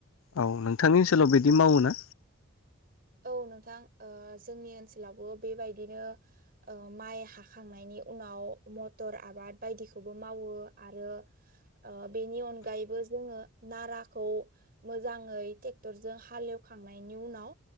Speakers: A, on the left; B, on the right.
A: औ नोंथांनि ओनसोलाव बिदि मावो ना?
B: औ नोंथां ओ जोंनि ओनसोलावबो बेबायदिनो ओ माइ हाखांनायनि नि उनाव मथ'र आबाद बायदिखौबो मावो आरो ओ बेनि अनगायैबो जोङो नाराखौ मोजाङै ट्रेक्टरजों हालेव खांनायनि उनाव